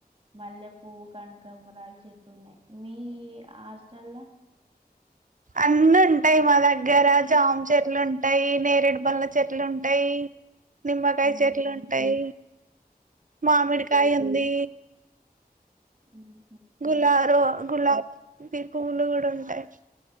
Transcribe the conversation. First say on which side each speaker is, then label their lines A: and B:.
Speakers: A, on the right (about 35°); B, on the right (about 55°).
A: మళ్ళె పువ్వు కనకబంరాలు చెట్లున్నాయి మీ హాస్టల్లా
B: అన్నుంటాయ్ మా దగ్గర జామ్ చెట్లుంటాయ్ నేరేడు పండ్ల చెట్లుంటాయ్ నిమ్మకాయ
A: ఉహు
B: చెట్లుంటాయ్ మామిడికాయుంది
A: ఉమ్
B: గులా రో గులాబీ పువ్వులు కూడా ఉంటాయి